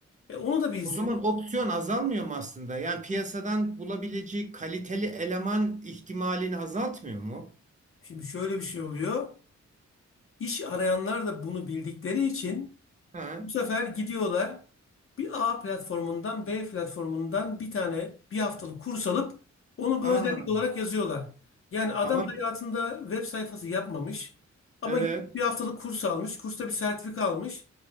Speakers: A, on the left; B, on the right.
A: E, onu da bilsin.
B: O zaman opsiyon azalmıyor mu aslında? Yani piyasadan bulabileceği kaliteli eleman ihtimalini azaltmıyor mu?
A: Şimdi şöyle bir şey oluyor. İş arayanlar da bunu bildikleri için
B: Ha.
A: bu sefer gidiyorlar bir A platformundan B platformundan bir tane bir haftalık kurs alıp onu
B: Aa,
A: bir özellik olarak yazıyorlar. Yani adam
B: ama
A: hayatında web sayfası yapmamış ama
B: evet.
A: gidip bir haftalık kurs almış. Kursta bir sertifika almış.